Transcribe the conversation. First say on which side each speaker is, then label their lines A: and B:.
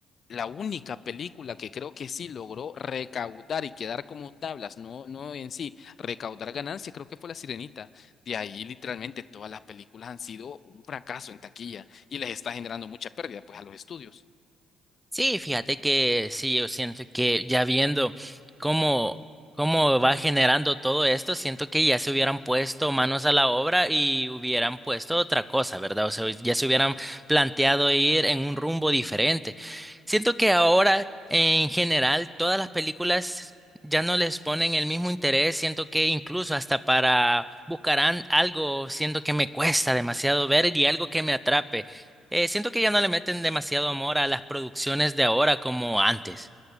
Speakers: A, on the left; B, in the centre.
A: la única película que creo que sí logró recaudar y quedar como tablas, no, no en sí, recaudar ganancias, creo que fue La Sirenita. De ahí literalmente todas las películas han sido un fracaso en taquilla y les está generando mucha pérdida pues a los estudios.
B: Sí, fíjate que sí, yo siento que ya viendo cómo, cómo va generando todo esto, siento que ya se hubieran puesto manos a la obra y hubieran puesto otra cosa, ¿verdad? O sea, ya se hubieran planteado ir en un rumbo diferente. Siento que ahora, en general, todas las películas ya no les ponen el mismo interés, siento que incluso hasta para buscarán algo, siento que me cuesta demasiado ver y algo que me atrape. Eh, siento que ya no le meten demasiado amor a las producciones de ahora como antes.